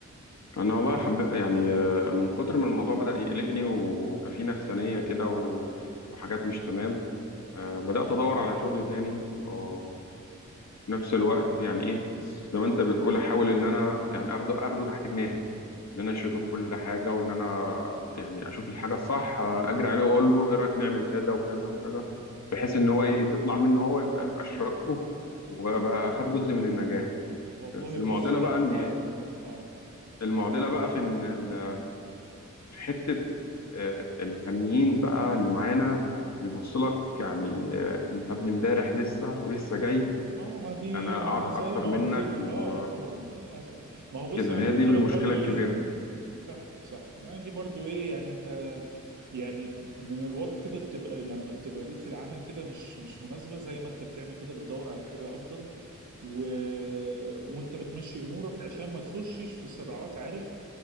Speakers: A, on the left; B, on the right.
A: انا والله حب يعني آه، من كتر ما الموضوع بدأ يقلقني ويبقى فيه نفسانيه كده و... وحاجات مش تمام آه، بدأت ادور على شغل تاني آه، في نفس الوقت يعني ايه زي ما انت بتقول احاول ان انا يعني اخده اخده تحت جناحي ان انا اشركه في كل حاجه وان انا يعني اشوف الحاجه الصح اجري عليه واقول له ايه رايك نعمل كذا وكذا وكذا بحيث ان هو إيه، تطلع منه هو يبقى اشركته وابقى خد جزء من النجاح
B: والله
A: بس المعضله
B: بص يعني
A: بقى ان
B: اه اه
A: المعضله بقى في ان ال- في حته آه، الفنيين بقى اللي معانا بيبص لك يعني آه، انت ابن امبارح لسه ولسه جاي
B: ما ما دي
A: انا
B: انا
A: اعرف
B: زي
A: اكتر
B: ما
A: منك
B: قلت لك
A: و...
B: اه اه للاسف ما هو بص
A: كده
B: انا
A: هي
B: دي
A: دي
B: قلت
A: المشكله
B: لك برضو
A: الكبيره
B: ايه صح صح ما دي برضو ايه يعني انت يعني من الواضح كده بتبقى لما بتبقى بيئة العمل كده مش مش مناسبة زي ما انت بتعمل كده بتدور على حاجة افضل و... وانت بتمشي امورك عشان ما تخشش في صراعات عارف